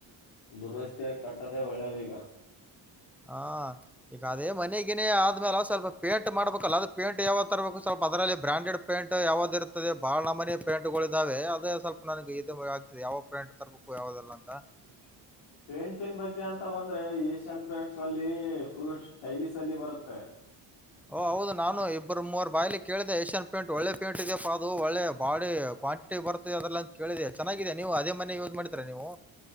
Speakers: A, on the left; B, in the centre.
A: ದುರಸ್ತಿ ಕಟ್ಟದೆೇ ಒಳ್ಳೆದೀಗ
B: ಹಾ ಈಗ ಅದೇ ಮನೆಗಿನೇ ಆದ್ಮೇಲ ಸ್ವಲ್ಪ ಪೇಂಟ್ ಮಾಡ್ಬೇಕಲ್ಲ ಅದ ಪೇಂಟ್ ಯಾವ ತರಬೇಕು ಸ್ವಲ್ಪ ಅದರಲ್ಲಿ ಬ್ರಾಂಡೆಡ್ ಪೇಂಟ್ ಯಾವ್ದ್ ಇರ್ತದೆ ಬಹಳ ಮನ ಪೇಂಟ್ ಗಳ ಇದಾವೆ ಅದೇ ಸ್ವಲ್ಪ ನನಗೆ ಇದು ಆಗ್ತದೆ ಯಾವ ಬ್ರಾಂಡ್ ತರ್ಬೇಕು ಯಾವದಿಲ್ಲ ಅಂತ
A: <inaudible> ಪೇಂಟನ್ ಬಗ್ಗೆ ಅಂತ ಬಂದ್ರೆ ಏಷ್ಯನ್ ಪೇಂಟ್ಸ್ ಅಲ್ಲಿ ಫುಲ್ ಸ್ಟೈಲ್ ಅಲ್ಲಿ ಬರುತ್ತೆ
B: ಓ ಹೌದು ನಾನು ಇಬ್ಬರು ಮೂವರ್ ಬಾಯ್ಲಿ ಕೇಳಿದೆ ಏಷ್ಯನ್ ಪೇಂಟ್ ಒಳ್ಳೆ ಪೇಂಟ್ ಇದಿಯಪ್ಪ ಅದು ಒಳ್ಳೆ ಬಾಡಿ ಕ್ವಾಂಟಿಟಿ ಬರುತ್ತದೆ ಅದೆಲ್ಲ ಅಂತ ಕೇಳಿದೆ ಚೆನ್ನಾಗಿದೆ ನೀವು ಅದೇ ಮನೆ ಯೂಸ್ ಮಾಡ್ತೀರಾ ನೀವು